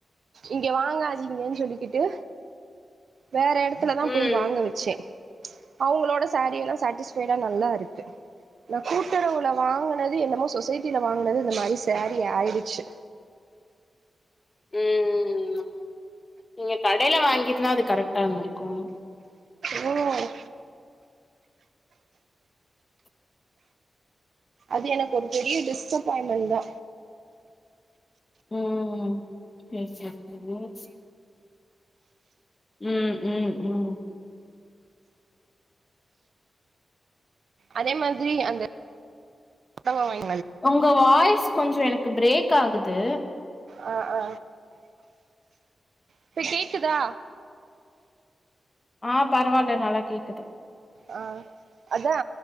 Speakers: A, on the right (about 65°); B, on the left (about 25°).
A: இங்க வாங்காதீங்கனு சொல்லிக்கிட்டு வேற எடத்துலதா
B: ம்
A: போய் வாங்க வச்சே அவுங்களோட ஃசாரீ எல்லா ஃஸ்டட்டிஸ்பைடா நல்லா இருக்கு நா கூட்டுறவுல வாங்குனது என்னமோ சொசைட்டில வாங்குனது இந்த மாரி ஃசாரீ ஆயிடுச்சு
B: ம் ம் ம் நீங்க கடையில வாங்கியிருந்தா அது கரெக்டா இருந்துருக்கு
A: ம் அது எனக்கு ஒரு பெரிய டிஸப்பாயின்மென்ட் தா
B: ம் ம் செரி செரி ம் ம் ம் ம்
A: அதே மாதிரி அந்த <unintelligible> வாங்கி
B: உங்க வாய்ஸ் கொஞ்சோ எனக்கு ப்ரேக் ஆகுது
A: ஆ ஆ இப்ப கேக்குதா
B: ஆ பரவால்ல நல்லா கேக்குது
A: அ அதா